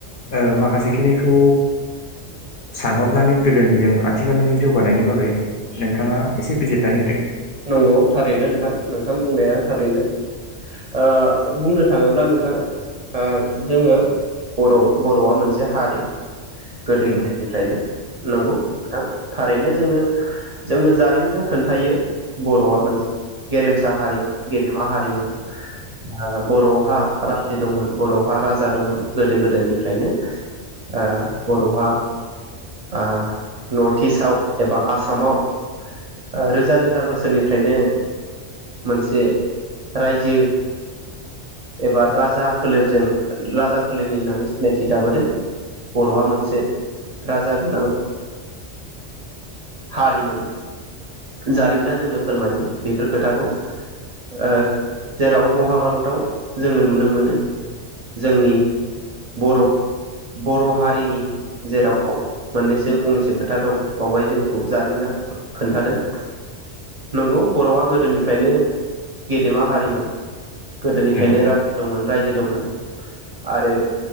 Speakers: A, on the left; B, on the right.
A: ओ माखासेखिनिखौ
B: औ
A: सानहरनानै गोदोनिजों आथिखालनिजों जौगानायनि बागै नोंथाङा एसे बिजिरनानै होदो ।
B: नंगौ थारैनो नोंथां नोंथां बुंनाया थारैनो ओ बुंनो थाङोब्ला नोंथां ओ जोङो बर' बर'आ मोनसे हारि गोदोनिफ्रायनो
A: नंगौ
B: नंगौ नोंथां थारैनो जोंनो जोंनो जारिमिना खोन्थायो बर'आ मोनसे गेरेमसा हारिमोन गेदेमा हारिमोन ओ बर'हा रायजो दंमोन बर' हा राजा दंमोन गोदो गोदायनिफ्रायनो ओ बर'हा ओ नर्थिइस्टआव एबा आसामाव ओ रोज जा रोजा बोसोरनिफ्रायनो मोनसे रायजो एबा राजा फोलेरजों राजा फोलेरनि होननानै सिनायथि जाबोदों बर'हा मोनसे राजा गोनां हारिमोन । जारिमिना जोंनो फोरमायो बेफोर खोथाखौ ओ जेराव महाभारतआव जोङो नुनो मोनो जोंनि <inaudible> बर' बर' हारिनि जेराव मोननैसो फंनैसो खोथा दं बावहाय जोंखौ जारिमिना खोन्थादों । नंगौ बर'आ गोदोनिफ्रायनो गेदेमा हारिमोन । गोदोनिफ्रायनो
A: नंगौ
B: रां दंमोन । रायजो दंमोन आरो